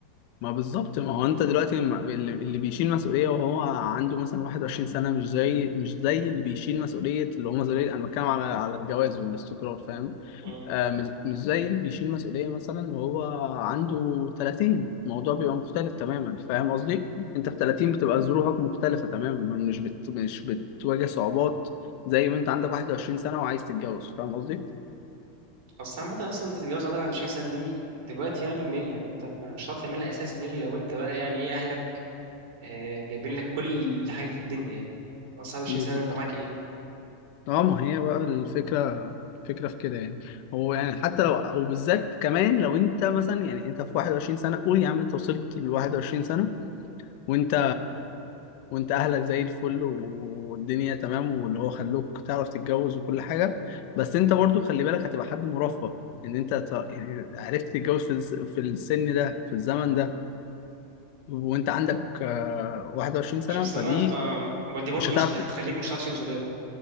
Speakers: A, on the left; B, on the right.
A: ما بالظبط ما هو انت دلوقتي ما- اللي اللي بيشيل مسؤوليه وهو عنده مثلا 21 سنه مش زي مش زي اللي بيشيل مسؤوليه اللي هو مسؤوليه انا بتكلم على على الجواز والاستقرار فاهم
B: مم.
A: آه مش مش زي اللي بيشيل مسؤوليه مثلا وهو عنده 30 الموضوع بيبقى مختلف تماما فاهم قصدي انت في 30 بتبقى ظروفك مختلفه تماما مش بت مش بتواجه صعوبات زي ما انت عندك 21 سنه وعايز تتجوز فاهم قصدي
B: اصل عامه اصلا انت تتجوز عندك 21 سنه دي دلوقتي يعني م- يعني انت ما مش هتعرف تعملها اساسا الا لو انت بقى يعني ايه اهلك آه، جايبين لك كل حاجه في الدنيا يعني اصل 21
A: امم
B: سنه ده انت معاك ايه
A: اه ما هي بقى الفكرة الفكرة في كده يعني هو يعني حتى لو وبالذات كمان لو انت مثلا يعني انت في 21 سنة قول يا عم انت وصلت ل 21 سنة وانت وانت اهلك زي الفل والدنيا تمام واللي هو خلوك تعرف تتجوز وكل حاجة بس انت برضو خلي بالك هتبقى حد مرفه ان انت ت- يعني عرفت تتجوز في الس- في السن ده في الزمن ده وانت عندك آه، 21 سنة
B: 20
A: فدي
B: سنه ف دي برضه
A: مش هتعرف
B: مش هتخليك
A: ت-
B: مش هتعرف تشيل مسؤوليه